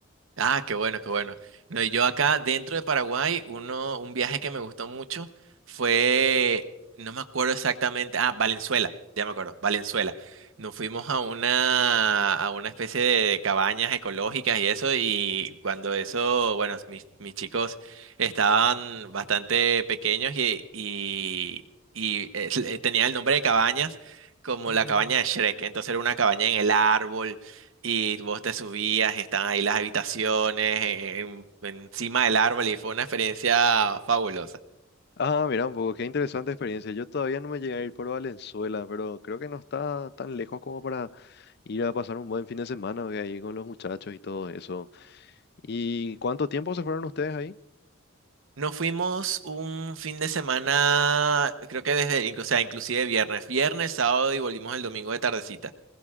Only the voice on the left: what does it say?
Ujú.
Ah, mira un poco, qué interesante experiencia. Yo todavía no me llegué a ir por Valenzuela, pero creo que no está tan lejos como para ir a pasar un buen fin de semana ¿ve? ahí con los muchachos y todo eso. ¿Y cuánto tiempo se fueron ustedes ahí?